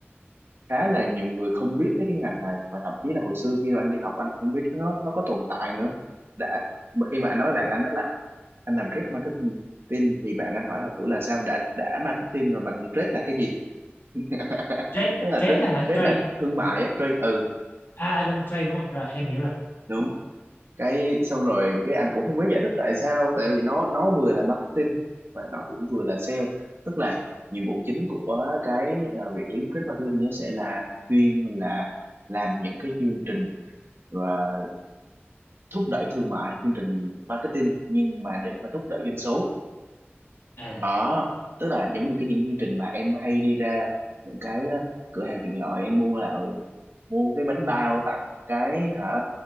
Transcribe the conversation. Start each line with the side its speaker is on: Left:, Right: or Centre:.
Right: khá là nhiều người không biết tới cái ngành này và thậm chí là hồi xưa khi mà anh đi học anh cũng biết nó nó có tồn tại nữa đã mà khi mà anh nói với bạn anh đó là anh làm trade marketing tin thì bạn anh hỏi là ủa là sao đã đã marketing rồi mà cũng trade là cái gì <laughs>
Left: Trade
Right: tức là
Left: trade
Right: trade
Left: á hả?
Right: trade
Left: Trade
Right: là thương mại á trade ừ
Left: à à, đúng trade đúng không? Rồi em hiểu rồi.
Right: đúng cái xong rồi cái anh cũng không biết giải thích tại sao tại vì nó nó vừa là marketing và nó cũng vừa là sale tức là nhiệm vụ chính của cái à, vị trí trade marketing nó sẽ là chuyên là làm những cái chương trình và thúc đẩy thương mại chương trình marketing nhưng mà để mà thúc đẩy doanh số
Left: À
Right: đó, tức là giống như cái những chương trình mà em hay đi ra những cái ờ, cửa hàng tiện lợi em mua là ừ, mua cái bánh bao tặng cái hả